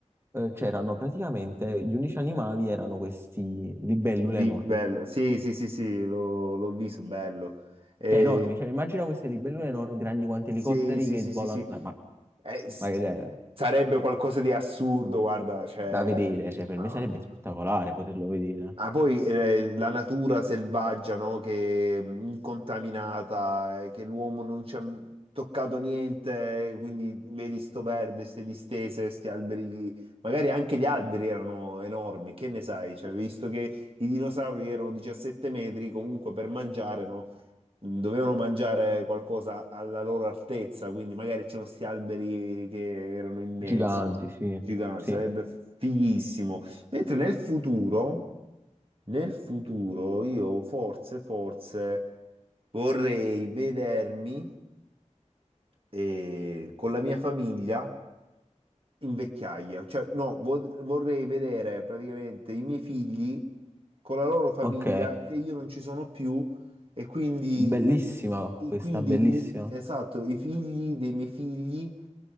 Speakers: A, on the right; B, on the right.
A: eh, c'erano praticamente gli unici animali erano questi libellule
B: Di
A: enormi.
B: bello, sì, sì, sì, sì, l'ho l'ho visto, bello. Eh,
A: Cioè, enormi, cioè, immagina queste libellule enormi, grandi quanti
B: sì,
A: elicotteri
B: sì,
A: che
B: sì,
A: volano,
B: sì, sì.
A: ma, ma-
B: Eh, s-
A: ma che- è
B: sarebbe qualcosa di assurdo, guarda, cioè,
A: da vedere, cioè,
B: no.
A: per me sarebbe spettacolare
B: eh.
A: poterlo vedere.
B: Ah, poi eh, la natura selvaggia, no? Che mh, incontaminata, eh, che l'uomo non ci ha toccato niente, eh, quindi vedi sto verde, queste distese, questi alberi, magari anche gli alberi erano enormi, che ne sai? Cioè, visto che i dinosauri erano 17 metri, comunque per mangiare, no? Mm, Dovevano mangiare qualcosa alla loro altezza, quindi magari c'erano questi alberi che erano immensi,
A: Giganti, sì,
B: giganti,
A: sì.
B: sarebbe fighissimo Mentre nel futuro, nel futuro io forse, forse vorrei vedermi eh, con la mia famiglia in vecchiaia, cioè no, vo- vorrei vedere praticamente i miei figli con la loro famiglia
A: Ok,
B: che io non ci sono più e quindi,
A: bellissima
B: i-
A: questa,
B: quindi
A: bellissima.
B: i- esatto, i figli dei miei figli